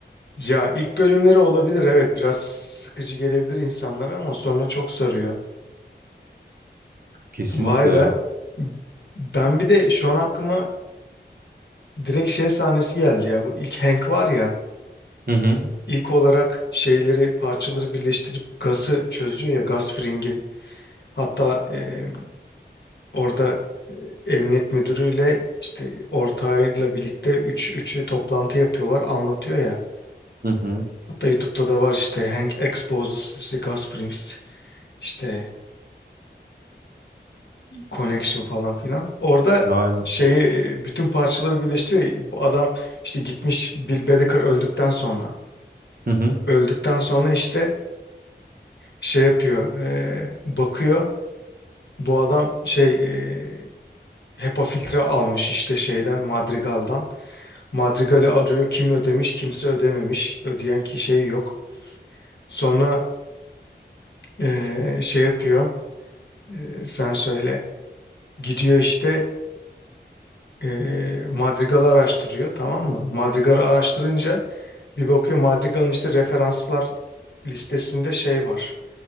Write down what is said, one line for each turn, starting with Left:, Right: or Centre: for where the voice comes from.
Left: Ya ilk bölümleri olabilir evet biraz sıkıcı gelebilir insanlara ama sonra çok sarıyor.
Right: Kesinlikle
Left: Vay
Right: ya.
Left: be. Ben bir de şu an aklıma direkt şey sahnesi geldi ya. Bu ilk Hank var ya.
Right: Hı hı.
Left: ilk olarak şeyleri parçaları birleştirip gazı çözüyor ya gaz fringin. Hatta e, orada emniyet müdürüyle işte ortağıyla birlikte üç, üçü toplantı yapıyorlar anlatıyor ya.
Right: Hı hı.
Left: Hatta YouTube'da da var işte Hank exposes the gas frings işte Connection falan filan. Orada
Right: Aynen.
Left: şeyi bütün parçaları birleştiriyor. Bu adam işte gitmiş Bill Bedecker öldükten sonra.
Right: Hı hı.
Left: Öldükten sonra işte şey yapıyor. e, bakıyor bu adam şey e, HEPA filtre almış işte şeyden Madrigal'dan. Madrigal'i arıyor kim ödemiş kimse ödememiş. Ödeyen ki şey yok. Sonra e, şey yapıyor. E, sen söyle. Gidiyor işte e, Madrigal'ı araştırıyor tamam mı? Madrigal'ı araştırınca Bir bakıyor Madrigal'ın işte referanslar listesinde şey var.